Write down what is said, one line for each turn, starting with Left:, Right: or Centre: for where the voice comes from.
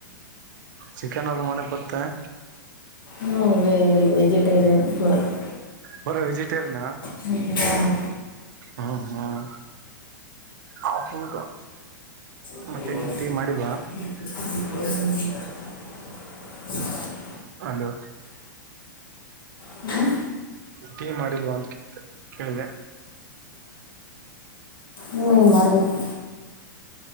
Right: ಚಿಕನ್ ಅದು ಮಾಡಕ್ ಬರ್ತತ್
Left: ನೋ ವೆ ವೆಜಿಟೇರಿಯನ್ ಬರತ್ತೆ
Right: ಅವರು ವೆಜಿಟೇರಿಯನ
Left: ಹ್ಮ್.
Right: ಹ್ಮ್ ಹ್ಮ್ ಹೌದಾ
Left: <inaudible>
Right: ಮತ್ತೆ ಏನು ಟೀ ಮಾಡಿಲ್ವಾ ಹಲೋ
Left: ಹ್ಮ್.
Right: ಟೀ ಮಾಡಿಲ್ವಾ ಅಂತ ಕೇಳ್ದೆ
Left: ಇನ್ನೇನು ಮಾಡಬೇಕು